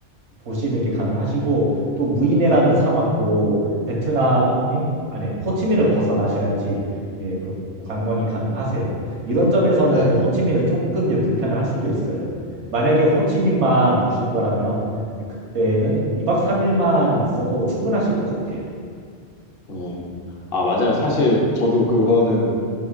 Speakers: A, on the right; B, on the left.
A: 보시는 게 가능하시고 또 무이네라는 사막도 베트남이 아니 호치민을 벗어나셔야지 예, 그 관광이 가능하세요. 이런 점에서는
B: 네,
A: 호치민은 조금 이제 불편을 할 수도 있어요. 만약에 호치민만 보실 거라면 그때는 이박삼일만 있어도 충분하실 것 같아요.
B: 네. 아, 맞아요. 사실 저도 그거는